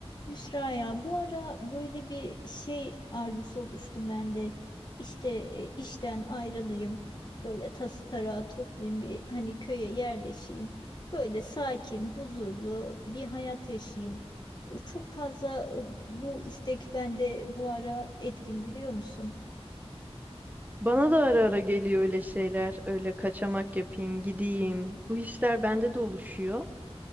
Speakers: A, on the left (about 40°); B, on the right (about 15°).
A: Yusra ya bu ara böyle bir şey arzusu oluştu bende. İşte e, işten ayrılayım. Böyle tası tarağı toplayayım bir hani köye yerleşeyim. Böyle sakin, huzurlu bir hayat yaşayayım. E, Çok fazla e, bu istek bende bu ara etkin biliyor musun?
B: Bana da ara ara geliyor öyle şeyler. Öyle kaçamak yapayım, gideyim. Bu hisler bende de oluşuyor.